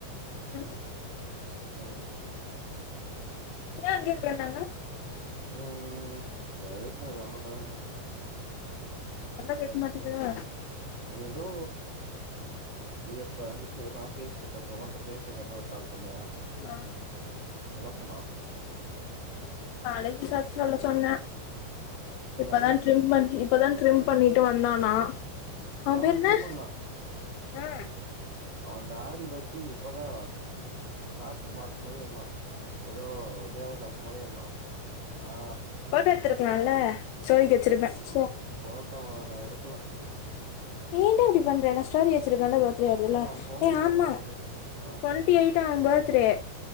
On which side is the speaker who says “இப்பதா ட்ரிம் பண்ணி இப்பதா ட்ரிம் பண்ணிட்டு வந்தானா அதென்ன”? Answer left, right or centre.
Left